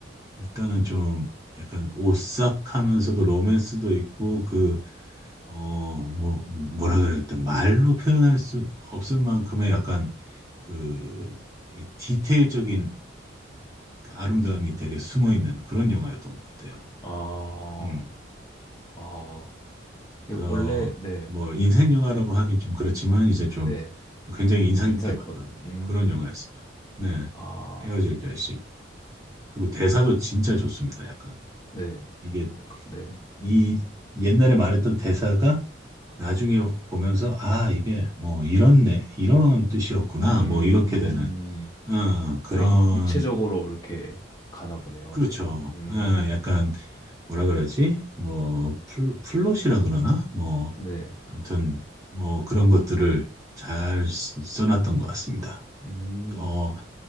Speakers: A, on the right; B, on the left.
A: 일단은 좀 약간 오싹하면서도 로맨스도 있고 그 어 뭐 뭐라 그래야 되 말로 표현할 수 없을 만큼의 약간 그, 이 디테일적인 아름다움이
B: 음,
A: 되게 숨어 있는 그런 영화였던 것 같아요.
B: 아,
A: 음.
B: 아,
A: 그래서
B: 이거 원래, 네,
A: 뭐 인생 영화라고 하긴 좀 그렇지만 이제 좀
B: 네,
A: 굉장히 인상
B: 인사
A: 깊게
B: 깊었,
A: 봤던
B: 음,
A: 그런 영화였어요. 네.
B: 아,
A: 헤어질 결심. 그리고 대사도 진짜 좋습니다. 약간
B: 네,
A: 이게
B: 약간, 네,
A: 이 옛날에 말했던 대사가 나중에 보면서 아 이게 뭐 이런 내 이런 뜻이었구나
B: 음,
A: 뭐 이렇게 되는 어, 그런
B: 약간 입, 입체적으로 이렇게 가나 보네요,
A: 그렇죠.
B: 되게, 음,
A: 어, 약간 뭐라 그러지? 뭐 플, 플롯이라 그러나? 뭐
B: 네,
A: 아무튼 뭐 그런 것들을 잘 쓰- 써놨던 것 같습니다.
B: 음,
A: 어,